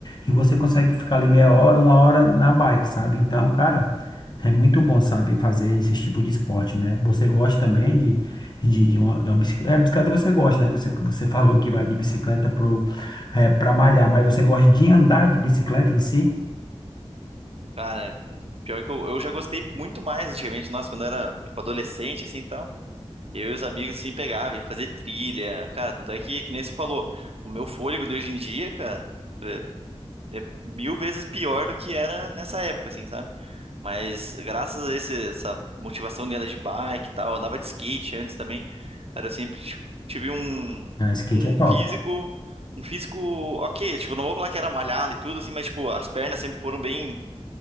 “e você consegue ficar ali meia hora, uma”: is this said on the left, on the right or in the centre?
Left